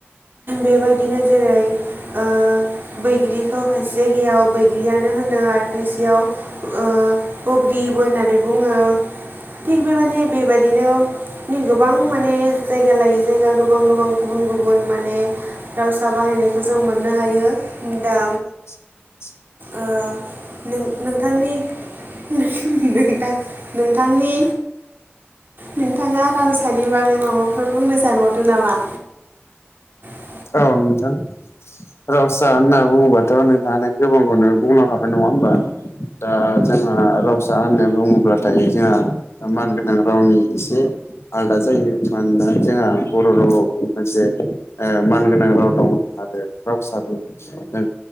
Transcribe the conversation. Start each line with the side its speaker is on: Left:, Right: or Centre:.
Right: बेबायदिनो जेरै ओ बैग्रिखौ खायसे जायगायाव बैग्रियानो होनो आरो खायसेयाव ओ बग्रि बो होननानै बुङो। थिग बे माने बेबायदिनो गोबां माने जायगा लायै जायगा गोबां गोबां गुबुन गुबुन माने दावसा बाहायनायखौ जों मोननो हायो दा
Left: <inaudible>
Right: ओ नों-नोंथांनि नोंथां नोंथांनि नोंथाङा रावसानि बागै माबाफोर बुंनो सानबावदों नामा? <inaudible>
Left: औ नोंथां रसा होनना बुङोबाथ' नोंथाङा गोबांखौनो बुंलां हाबाय नङा होमबा? दा जोंहा रावसा होनो बुङोब्लाथाय जोंहा मानगोनां रावनि एसे आलादा जायो मानोना जोंहा बर' रावआव मोनसे मानगोनां राव दं आरो राव फिसाबो नो